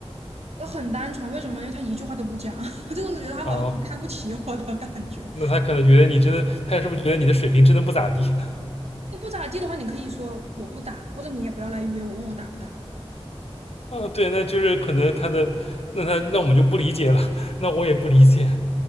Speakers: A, on the right; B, on the left.
A: 我很单纯，为什么？因为他一句话都不讲，<laughs> 我就是觉得他好像很看不起我的感觉。
B: 哦，那他可能觉得你真的，他是不是觉得你的水平真的不咋地？
A: 你不咋地的话，你可以说我不打，或者你也不要来约我，问我打不打。
B: 嗯，对，那就是可能他的，那他那我们就不理解了，<laughs> 那我也不理解。